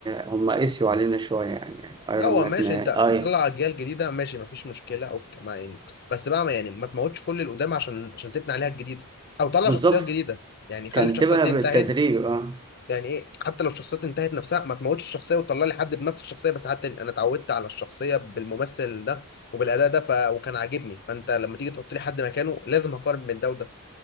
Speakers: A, on the right; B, on the left.
A: هم قسيوا علينا شويه يعني, يعني ايرون
B: لا هو
A: مان
B: ماشي
A: ما...
B: انت تطلع
A: اي
B: اجيال جديده ماشي مفيش مشكله او ك- ما يعني بس بقى ما يعني ما تموتش كل القدام عشان عشان تبني عليها الجديده او طلع
A: بالظبط
B: شخصيات جديده يعني خلي
A: كان
B: الشخصيات
A: تبقى
B: دي انتهت
A: بالتدريج اه
B: يعني ايه حتى لو الشخصيات انتهت نفسها ما تموتش الشخصيه وتطلع لي حد بنفس الشخصيه بس حتى انا اتعودت على الشخصيه بالممثل ده وبالاداء ده ف... وكان عاجبني فانت لما تيجي تحط لي حد مكانه لازم هقارن بين ده وده